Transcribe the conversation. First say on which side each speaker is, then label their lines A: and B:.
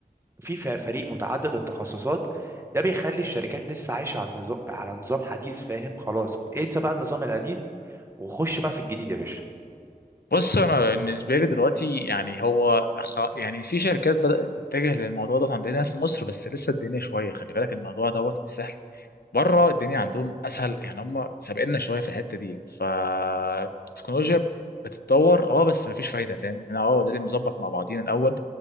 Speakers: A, on the right; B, on the left.
A: في ف- فريق متعدد التخصصات ده بيخلي الشركات لسه عايشه على النظام على نظام حديث فاهم خلاص انسى بقى النظام القديم وخش بقى في الجديد يا باشا
B: بص انا بالنسبه لي دلوقتي يعني هو خ- يعني في شركات بدات تتجه للموضوع ده عندنا في مصر بس لسه الدنيا شويه خلي بالك الموضوع دوت مش سهل بره الدنيا عندهم اسهل يعني هم سابقنا شويه في الحته ديت فالتكنولوجيا بتتطور اه بس مفيش فايده فاهم احنا اه لازم نظبط مع بعضينا الاول